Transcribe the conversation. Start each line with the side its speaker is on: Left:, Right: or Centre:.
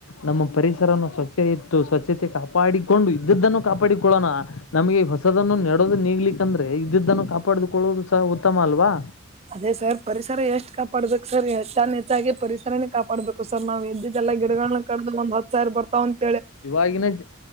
Left: ನಮ್ಮ ಪರಿಸರವನ್ನು ಸ್ವಚ್ಛ ಇತ್ತು ಸ್ವಚ್ಛತೆ ಕಾ ಪಾಡಿಕೊಂಡು ಇದ್ದದ್ದನ್ನು ಕಾಪಾಡಿಕೊಳ್ಳೋಣ ನಮಗೆ ಹೊಸದನ್ನು ನೆಡೋದು ನಿಗ್ಲಿಿಕಂದ್ರೆ ಇದ್ದಿದ್ದನ್ನು ಕಾಪಾಡದುಕೊಳ್ಳೋುದು ಸಹ ಉತ್ತಮ ಅಲ್ವಾ
Right: ಅದೇ ಸರ್ ಪರಿಸರ ಎಷ್ಟು ಕಾಪಾಡ್ಬೇಕು ಸರ್ ಹೆಚ್ಚ ಹೆಚ್ಚಾಗಿ ಪರಿಸರನೇ ಕಾಪಾಡ್ಬೇಕು ಸರ್ ನಾವ್ ಎದ್ದ ಎಲ್ಲ ಗಿಡಗಳ ಕಾಣ ಒಂದ ಹ ಸಾವರರ್ತ ಒ
Left: ಇವಾಗಿನ ಜ